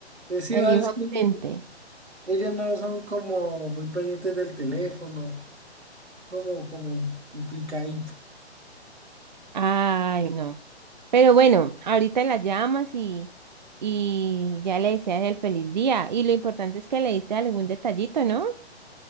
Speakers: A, on the right (about 75°); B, on the right (about 40°).
A: Pues sí,
B: El
A: ah,
B: hijo
A: es
B: ausente.
A: que ellos ellos no son como muy pendientes del teléfono, como, como complicadito.
B: Ay, no. Pero bueno, ahorita la llamas y, y ya le deseas el feliz día. Y lo importante es que le diste algún detallito, ¿no?